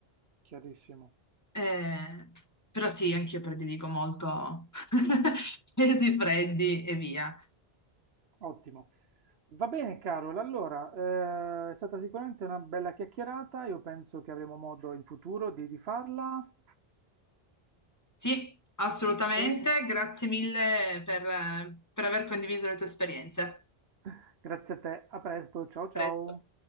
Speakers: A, on the right; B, on the left.
A: chiarissimo,
B: Eh, però sì, anch'io prediligo molto <laughs> pesi freddi e via.
A: ottimo. Va bene, Carol, allora, eh, è stata sicuramente una bella chiacchierata, io penso che avremo modo in futuro di rifarla.
B: Sì, assolutamente.
A: E
B: Grazie mille per, eh, per aver condiviso le tue esperienze. A
A: <laughs> grazie a te, a presto, ciao ciao.
B: presto.